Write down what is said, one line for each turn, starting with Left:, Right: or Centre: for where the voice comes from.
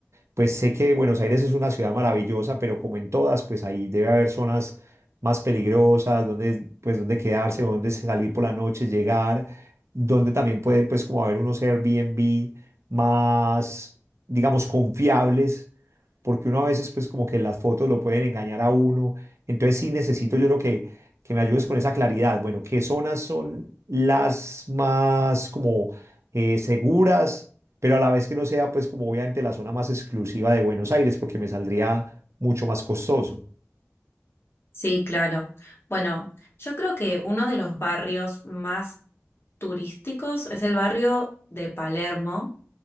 Right: Pues sé que Buenos Aires es una ciudad maravillosa, pero como en todas, pues ahí debe haber zonas más peligrosas, donde, pues, donde quedarse, o donde salir por la noche, llegar, donde también puede, pues, como haber unos Airbnb más, digamos, confiables porque uno a veces pues como que las fotos lo pueden engañar a uno. Entonces sí necesito yo lo que, que me ayudes con esa claridad. Bueno, ¿qué zonas son las más como eh, seguras, pero a la vez que no sea pues como obviamente la zona más exclusiva de Buenos Aires, porque me saldría mucho más costoso?
Left: Sí, claro. Bueno, yo creo que uno de los barrios más turísticos es el barrio de Palermo.